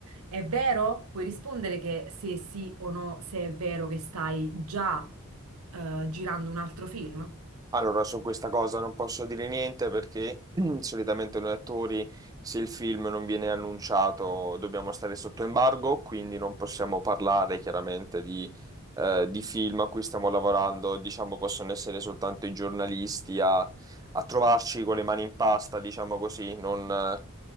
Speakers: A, on the right; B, on the right.
A: È vero? Puoi rispondere che se sì o no, se è vero che stai già eh, girando un altro film?
B: Allora, su questa cosa non posso dire niente perché <clears throat> solitamente noi attori, se il film non viene annunciato, dobbiamo stare sotto embargo, quindi non possiamo parlare chiaramente di, eh, di film a cui stiamo lavorando. Diciamo, possono essere soltanto i giornalisti a, a trovarci con le mani in pasta, diciamo così. Non, eh,